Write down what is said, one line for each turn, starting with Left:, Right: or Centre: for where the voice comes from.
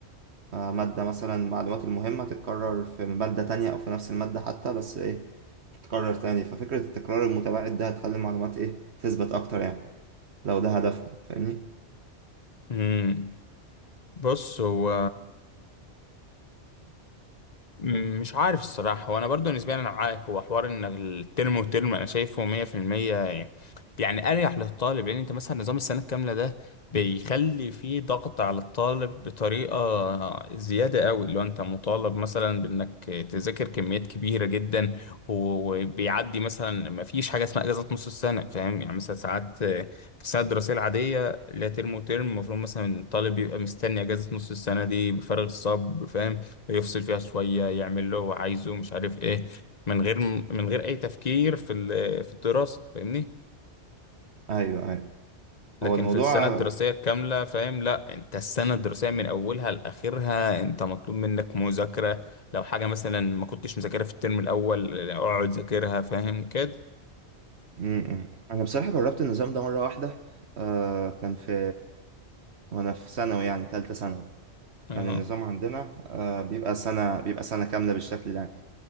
Right: آه، مادة مثلا المعلومات المهمة تتكرر في مادة تانية أو في نفس المادة حتى بس إيه تتكرر تاني ففكرة التكرار المتباعد ده هتخلي المعلومات إيه تثبت أكتر يعني لو ده هدفهم فاهمني؟
Left: مم. بص هو مم، مش عارف الصراحة وانا برضو نسبيا انا معاك هو حوار ان الترم وترم انا شايفه 100% يعني يعني اريح للطالب لان انت مثلا نظام السنة الكاملة ده بيخلي فيه ضغط على الطالب بطريقة زيادة قوي لو انت مطالب مثلا بانك تذاكر كميات كبيرة جدا وبيعدي مثلا ما فيش حاجة اسمها اجازة نص السنة فاهم يعني مثلا ساعات في السنة الدراسية العادية لا ترم وترم المفروض مثلا الطالب بيبقى مستني اجازة نص السنة دي بفارغ الصبر فاهم يفصل فيها شوية يعمل اللي هو عايزه مش عارف ايه من غير من غير اي تفكير في ال- في الدراسة فاهمني
Right: أيوه أيوه
Left: لكن
Right: هو الموضوع
Left: في السنة الدراسية الكاملة فاهم لا انت السنة الدراسية من اولها لاخرها انت مطلوب منك مذاكرة لو حاجة مثلا ما كنتش مذاكرها في الترم الاول اقعد ذاكرها فاهم كده
Right: م-م. أنا بصراحة جربت النظام ده مرة واحدة آه كان في وأنا في ثانوي يعني تالتة ثانوي
Left: اه
Right: كان النظام عندنا آه بيبقى سنة بيبقى سنة كاملة بالشكل ده يعني.